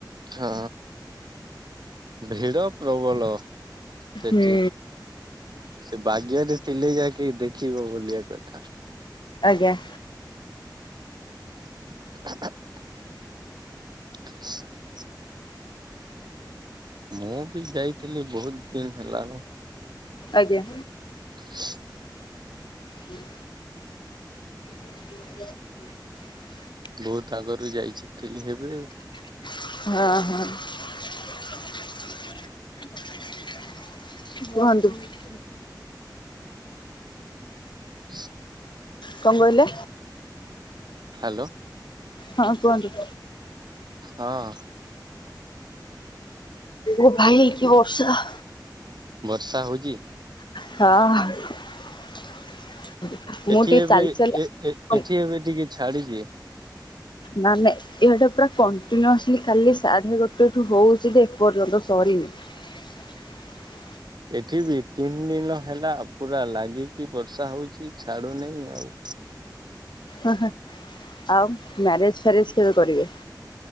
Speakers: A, on the right; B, on the left.
A: ହଁ। ଭିଡ ପ୍ରବଳ ସେଠି।
B: ହୁଁ
A: ସେ ବାଗ୍ୟରେ ଥିଲେ ଯାଇକି ଦେଖିବ ବୋଲିଆ କଥା।
B: ଆଜ୍ଞା।
A: <inaudible> <inaudible> ମୁଁ ବି ଯାଇଥିଲି ବହୁତ ଦିନ ହେଲାନା।
B: ଆଜ୍ଞା।
A: ହ
B: ହୁଁ ହ
A: ବହୁତ ଆଗରୁ ଯାଇଚି ଥିଲି ହେବେ।
B: ହଁ ହଁ। କୁହନ୍ତୁ?
A: ହ
B: କଣ କହିଲେ?
A: ହ୍ୟାଲୋ
B: ହଁ କୁହନ୍ତୁ।
A: ହଁ।
B: ଓ ଭାଇ କି ବର୍ଷା।
A: ବର୍ଷା ହଉଚି?
B: ହଁ। ମୁଁ
A: ଏଠି
B: ଟିକେ
A: ଏବେ
B: ଚାଲି ଚାଲି
A: ଏଠି ଏବେ ଟିକେ ଛାଡିଚି।
B: ମାନେ ଇଆଡେ ପୁରା କଣ୍ଟିନ୍ୟୁସଲି କାଲି ସାଢ଼େ ଗୋଟେଠୁ ହଉଛି ଯେ ଏପର୍ଯ୍ୟନ୍ତ ସରିନି। <inaudible>
A: ଏଠି ବି ତିନି ଦିନ ହେଲା ପୁରା ଲାଗିକି ବର୍ଷା ହଉଛି ଛାଡୁନହିଁ ଆଉ।
B: ଆଉ ମ୍ୟାରେଜ ଫ୍ୟାରେଜ କେବେ କରିବେ?